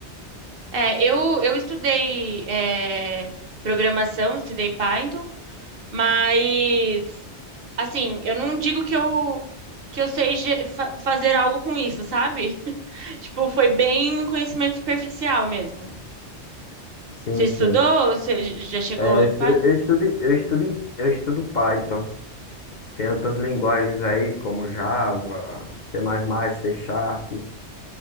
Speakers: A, on the right; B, on the left.
A: É, eu, eu estudei é, programação, estudei Python, mas assim, eu não digo que eu que eu sei ge- fa- fazer algo com isso, sabe? <laughs> Tipo, foi bem um conhecimento superficial mesmo.
B: Sim,
A: Você estudou?
B: sim.
A: Você j- já chegou
B: É,
A: em
B: eu estu-
A: Python?
B: eu estudo, eu estudo, em- eu estudo Python. Tem outras linguagens aí, como Java, C++, C Sharp.